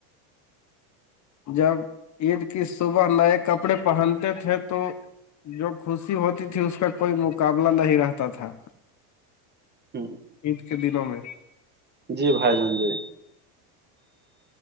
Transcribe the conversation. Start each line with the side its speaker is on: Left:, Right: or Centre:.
Left: جب عید کی صبح نئے کپڑے پہنتے تھے تو جو خوشی ہوتی تھی اس کا کوئی مقابلہ نہیں رہتا تھا
Right: ہوں
Left: عید کے دنوں میں
Right: جی بھائی جان جی